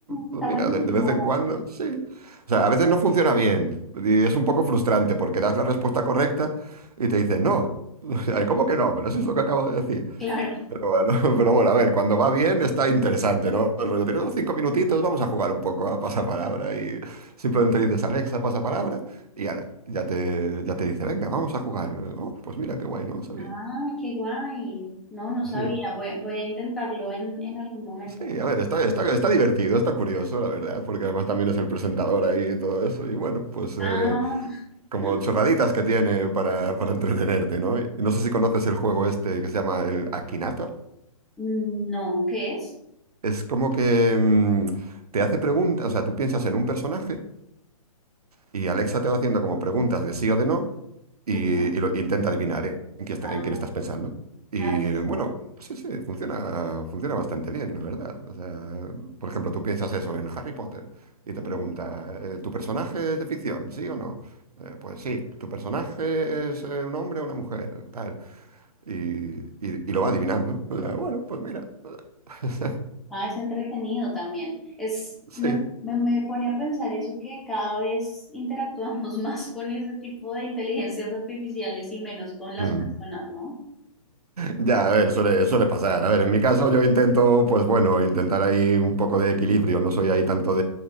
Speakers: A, on the right; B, in the centre.
A: pues
B: está
A: mira,
B: buenísimo.
A: de, de vez en cuando, sí. O sea, a veces no funciona bien y es un poco frustrante porque das la respuesta correcta y te dicen no. <laughs> Ay, ¿Cómo que no? Pero eso es lo que acabo de decir.
B: Claro.
A: Pero bueno, <laughs> pero bueno, a ver, cuando va bien está interesante, ¿no? El rollo, tenemos cinco minutitos, vamos a jugar un poco a pasapalabra y simplemente dices, Alexa, pasapalabra, y ala, ya te, ya te dice, venga, vamos a jugar. Oh, pues mira, qué guay, no lo sabía.
B: Ah, qué guay. No, no sabía.
A: Sí.
B: Voy, a- voy a intentarlo en, en algún momento.
A: Sí, a ver, está, está, está divertido, está curioso, la verdad, porque además también es el presentador ahí y todo eso. Y bueno, pues eh,
B: Ah,
A: como
B: <gasps>
A: chorraditas que tiene para, para entretenerte, ¿no? Y no sé si conoces el juego este que se llama el Akinator.
B: no, ¿qué es?
A: Es como que mm, te hace preguntas, o sea, tú piensas en un personaje y Alexa te va haciendo como preguntas de sí o de no. y,
B: Ujú.
A: y lo- intenta adivinar eh, en quién está-
B: Ah,
A: en quién estás pensando. Y
B: ah, eso está
A: bueno,
B: bueno.
A: sí, sí, funciona, funciona bastante bien, la verdad. O sea, por ejemplo, tú piensas eso en Harry Potter y
B: Ujú.
A: te pregunta, eh, ¿tu personaje es de ficción, sí o no? Eh, pues sí, ¿tu personaje es eh, un hombre o una mujer? Tal. Y, y- y lo va adivinando. O sea, bueno, pues mira. <laughs>
B: Ah, es entretenido también. Es,
A: Sí.
B: me, me- me pone a pensar eso que cada vez interactuamos <laughs> más con ese tipo de inteligencias artificiales y menos con las
A: Mm.
B: personas, ¿no?
A: Ya, a ver, suele, suele pasar. A ver, en mi caso yo intento, pues bueno, intentar ahí un poco de equilibrio. No soy ahí tanto